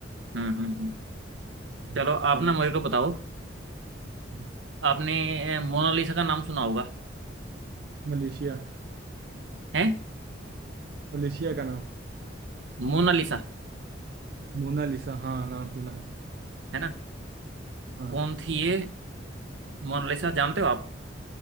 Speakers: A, on the right (about 80°); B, on the right (about 55°).
A: हम्म हम्म हम्म।
B: हम्म।
A: चलो
B: सही
A: आप ना मेरे
B: है
A: को बताओ
B: सही
A: आपने अ, मोनालिसा का नाम सुना होगा
B: मलेशिया
A: है
B: मलेशिया का नाम
A: मोनालिसा
B: मोनालिसा हाँ नाम सुना है
A: है ना
B: हाँ
A: कौन थी ये मोनालिसा जानते हो आप